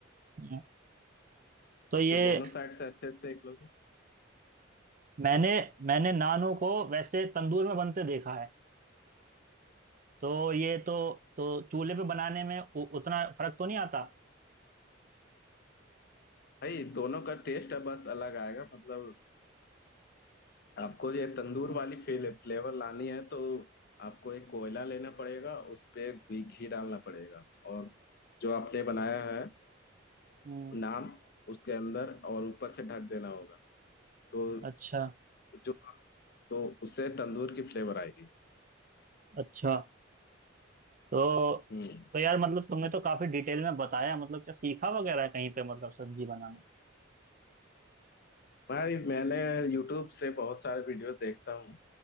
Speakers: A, on the right (about 45°); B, on the left (about 55°).
A: हम्म। तो ये
B: उसको दोनों साइड से अच्छे से सेक लोगे।
A: मैंने मैंने नानों को वैसे तंदूर में बनते देखा है तो ये तो तो चूल्हे पे बनाने में उ, उतना फर्क तो नहीं आता
B: भाई दोनों का टेस्ट अब बस अलग आएगा मतलब आपको ये तंदूर
A: हम्म
B: वाली फील फ्लेवर लानी है तो आपको एक कोयला लेना पड़ेगा उस पे घी घी डालना पड़ेगा और जो आपने बनाया है
A: हम्म,
B: नान उसके अंदर और ऊपर से ढक देना होगा तो
A: अच्छा
B: जो तो उससे तंदूर की फ्लेवर आएगी
A: अच्छा तो
B: हम्म
A: तो यार मतलब तुमने तो काफी डिटेल में बताया मतलब क्या सीखा वगैरह है कहीं पे मतलब सब्जी बनाना
B: भाई मैंने यूट्यूब से बहुत सारे वीडियो देखता हूँ